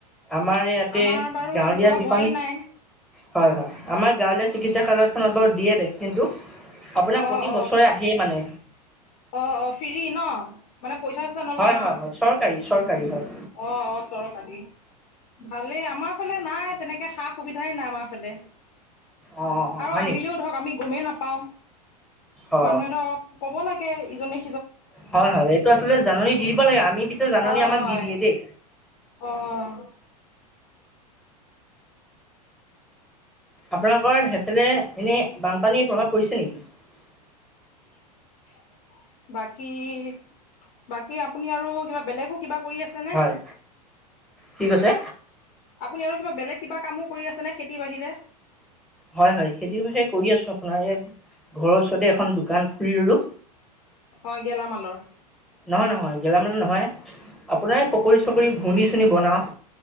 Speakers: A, in the centre; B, on the left (about 45°).
A: আমাৰ ইয়াতে
B: আমাৰ বাৰু
A: গাৱলীয়া
B: লোৱা
A: যিখন
B: হোৱাই নাই
A: হয় - হয়। আমাৰ গাৱলীয়া চিকিৎসালয়খনত বাৰু দিয়ে ভেকচিনটো। আপোনাৰ
B: অ
A: প্ৰতি
B: - অ
A: বছৰে আহেই
B: -
A: মানে
B: অ - অ, ফ্ৰী ন মানে পইচা চইচা নলয়
A: হয়
B: ন
A: হয় হয় চৰকাৰী চৰকাৰী হয়
B: অ - অ চৰকাৰী ভালেই আমাৰ ফালে নাই তেনেকে সা সুবিধাই নাই আমাৰ ফালে।
A: অ অ অ
B: আৰু
A: হয়
B: আহিলেও
A: নেকি
B: ধৰক আমি গমেই নাপাও
A: অ
B: মানুহে ধৰক কব লাগে ইজনে
A: হয়- হয় এইটো আচলতে জাননী দি দিব লাগে আমি পিছে জাননী
B: হয়
A: আমাক
B: হয়
A: দি দিয়ে। দেই
B: অ',
A: আপোনালোকৰ হেফালে এনেই বানপানীৰ প্ৰভাৱ পৰিছে নেকি।
B: <inaudible> বাকী - বাকী আপুনি আৰু কিবা বেলেগো কিবা কৰি আছেনে।
A: হয় কি কৈছে?
B: আপুনি আৰু কিবা বেলেগ কিবা কামো কৰি আছে নে খেতি বাহিৰে।
A: হয় - হয় খেতি হে কৰি আছো আপোনাৰ এ ঘৰৰ ওচৰতে এখন দোকান। খুলি ললো
B: অ, গেলামালৰ।
A: নহয় - নহয় গেলামাল নহয় আপোনাৰ পকৰি চকৰি ঘূগুনী চুগুনী বনাও।